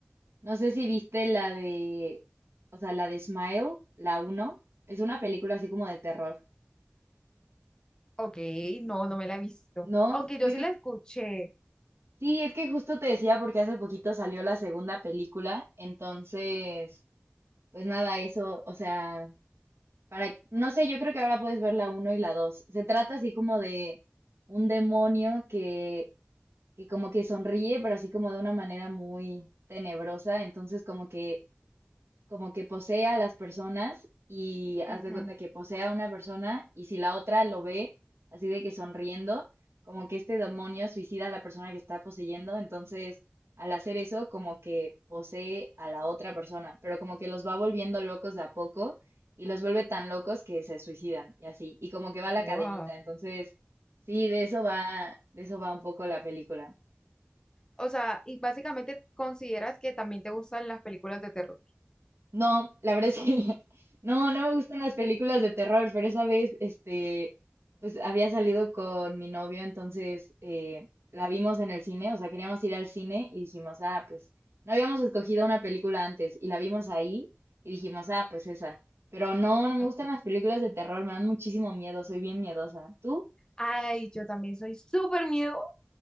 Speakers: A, on the right (about 80°); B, on the left (about 20°).
A: no sé si viste la de, o sea, la de Smile, la uno. Es una película así como de terror.
B: Ok, no, no me la he visto,
A: ¿No?
B: aunque yo
A: Pues
B: sí
A: es-
B: la escuché.
A: sí, es que justo te decía porque hace poquito salió la segunda película, entonces... pues nada, eso, o sea, para, no sé, yo creo que ahora puedes ver la uno y la dos Se trata así como de un demonio que, que como que sonríe, pero así como de una manera muy tenebrosa. Entonces, como que como que posee a las personas y haz
B: Ujú,
A: de cuenta que posee a una persona y si la otra lo ve así de que sonriendo, como que este demonio suicida a la persona que está poseyendo, entonces al hacer eso como que posee a la otra persona, pero como que los va volviendo locos de a poco y los vuelve tan locos que se suicidan y así, y como que va la
B: Wow.
A: cadenita, entonces sí, de eso va, de eso va un poco la película.
B: O sea, y básicamente consideras que también te gustan las películas de terror.
A: No, la verdad es que <laughs> no, no me gustan las películas de terror, pero esa vez, este, pues había salido con mi novio, entonces eh, la vimos en el cine, o sea, queríamos ir al cine y dijimos, ah, pues no habíamos escogido una película antes y la vimos ahí y dijimos, ah, pues esa. Pero no, no me
B: Ok.
A: gustan las películas de terror, me dan muchísimo miedo, soy bien miedosa. ¿Tú?
B: Ay, yo también soy súper miedosa